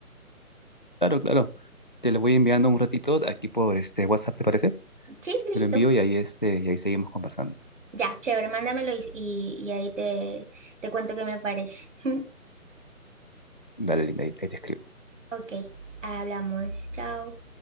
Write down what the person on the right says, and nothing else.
Sí, listo.
Ya, chévere, mándamelo y, y, y ahí te, te cuento qué me parece. <laughs>
Ok, hablamos, chao.